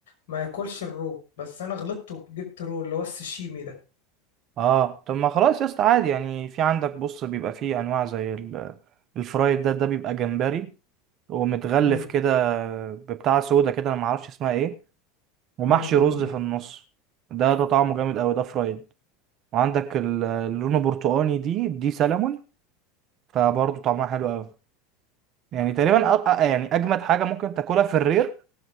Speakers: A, on the left (about 65°); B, on the right (about 40°).
A: ما ياكلش الرو بس انا غلطت وجبت رو اللي هو السشيمي ده
B: اه طب ما خلاص يا اسطى عادي يعني في عندك بص بيبقى في انواع زي ال- الفرايد ده ده بيبقى جمبري ومتغلف
A: امم
B: كده ببتاع سودا كده انا ما اعرفش اسمها ايه ومحشي
A: امم
B: رز في النص ده ده طعمه جامد قوي ده فرايد وعندك ال- اللون البرتقاني دي دي سلمون فبرضه طعمها حلو قوي يعني تقريبا أ... أ- يعني اجمد حاجه ممكن تاكلها في الرير